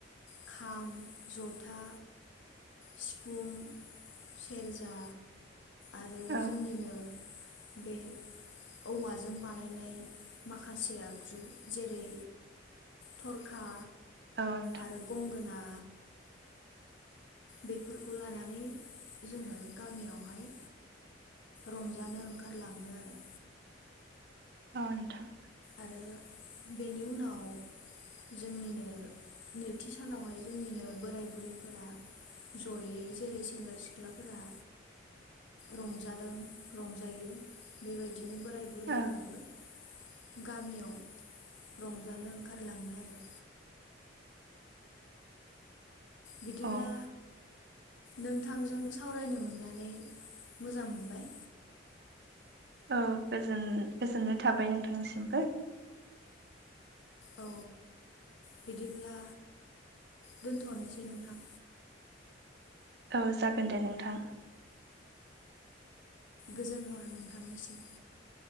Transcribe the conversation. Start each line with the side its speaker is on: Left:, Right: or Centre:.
Left: खाम, जथा सिफुं, सेरजा आरो
Right: औ
Left: जोंनिनो बे औवाजों बानायनाय माखासे आगजु जेरै थरखा
Right: औ नोंथां
Left: आरो गंगोना। बेफोरखौ लानानै जोंङो गामियावहाय रंजानो ओंखारलाङो आरो।
Right: ओ नोंथां।
Left: आरो बेनि उनाव जोंनिनो नैथि सानावहाय जोंनिनो बोराय बुरैफोरा जयै जेरै सेंग्रा सिख्लाफोरा रंजादों रंजायो बेबायदिनो बोराय बुरैफोराबो
Right: औ
Left: गामियाव रंजानो ओंखारलाङो आरो। बिदिब्ला
Right: औ
Left: नोंथांजों सावरायनो मोननानै मोजां मोनबाय।
Right: औ गोजोन गोजोननाय थाबाय नोंथांनि सिमबो।
Left: औ बिदिब्ला दोनथ'नोसै नोंथां।
Right: औ जागोन दे नोंथां।
Left: गोजोन हर नोंथांनिसिम।